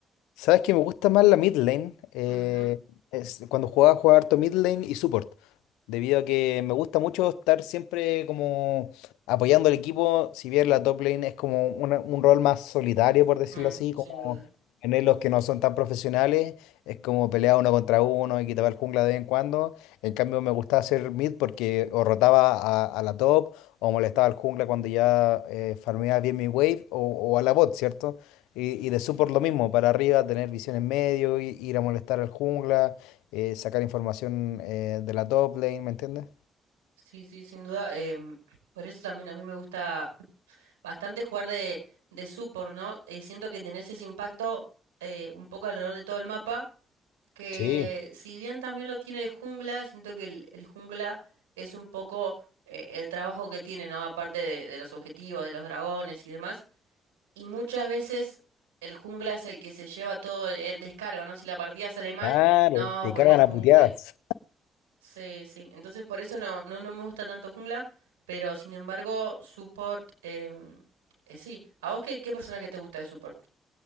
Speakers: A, on the left (about 80°); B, on the right (about 85°).
A: ¿Sabes que me gusta más la mid lane? Eh,
B: Ujú,
A: es, cuando jugaba, jugaba harto mid lane y support. Debido a que me gusta mucho estar siempre como apoyando al equipo, si bien la top lane es como una- un rol más solitario, por decirlo
B: mm,
A: así,
B: sin
A: como
B: duda.
A: en los que no son tan profesionales, es como pelear uno contra uno y quitar el jungla de vez en cuando. En cambio, me gustaba hacer mid porque o rotaba a, a la top o molestaba al jungla cuando ya eh, farmeaba bien mi wave o, o a la bot, ¿cierto? Y, y de support lo mismo, para arriba, tener visión en medio, i- ir a molestar al jungla, eh, sacar información eh, de la top lane, ¿me entiendes?
B: Sí, sí, sin duda. em, por eso también a mí me gusta bastante jugar de, de support, ¿no? Eh, siento que tenés ese impacto eh, un poco alrededor de todo el mapa. que
A: Sí,
B: si bien también lo tiene el jungla, siento que el, el jungla es un poco eh, el trabajo que tiene, ¿no? Aparte de, de los objetivos, de los dragones y demás. Y muchas veces el jungla es el que se lleva todo el el descargo, ¿no? Si la partida sale mal,
A: claro,
B: no,
A: te
B: porque
A: cagan
B: el jungla...
A: a puteadas.
B: Sí, sí. Entonces por eso no, no, no me gusta tanto jungla, pero sin embargo, support... em, eh, sí, ¿a vos qué, qué personaje te gusta de support?